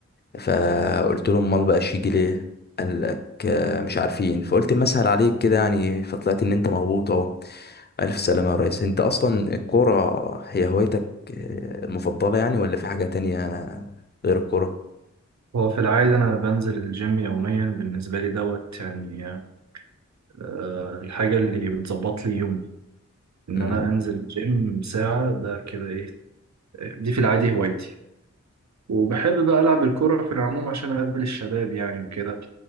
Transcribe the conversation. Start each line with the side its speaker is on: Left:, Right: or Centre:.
Left: فقلت لهم امال بقاش يجي ليه؟ قال لك آه، مش عارفين فقلت اما اسهل عليك كده يعني فطلعت ان انت مغبوط اهو الف سلامة يا ريس انت اصلا الكورة هي هوايتك آه، المفضلة يعني ولا في حاجة تانية غير الكورة؟
Right: هو في العادة أنا بنزل الجيم يوميا بالنسبة لي دوت يعني آه، الحاجة اللي بتظبط لي يومي ان
Left: امم
Right: انا انزل الجيم ساعة ده كده ايه دي في العادي هوايتي وبحب بقى العب الكرة في العموم عشان اقابل الشباب يعني وكده